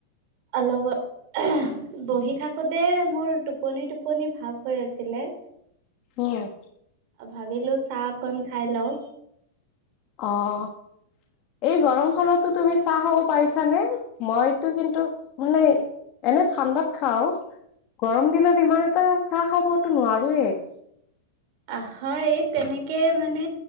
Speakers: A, on the right (about 45°); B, on the left (about 40°).
A: অলপ <unintelligible> বহি থাকোতে মোৰ টোপনি টোপনি ভাৱ হৈ আছিলে।
B: অঁ।
A: ভাবিলোঁ চাহ অকন খাই লওঁ।
B: অ'। এই গৰম খনতটো তুমি চাহ খাব পাৰিছানে? মইতো কিন্তু মানে এনে ঠাণ্ডাত খাও, গৰম দিনত ইমান এটা চাহ খাবতো নোৱাৰোয়ে।
A: অ' হয়, তেনেকে মানে